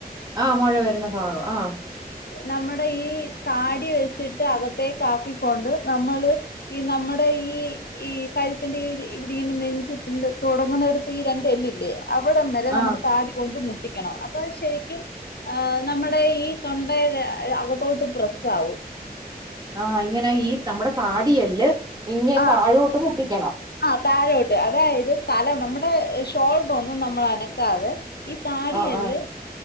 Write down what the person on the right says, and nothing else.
ആ മൊഴ വരുന്ന ഭാഗം ആഹ
ആ
ആഹ് ഇങ്ങനെ ഈ നമ്മുടെ താടിയെല്ല് ഇങ്ങ
താഴോട്ട് മുട്ടിക്കണം
ആഹ് ആഹ്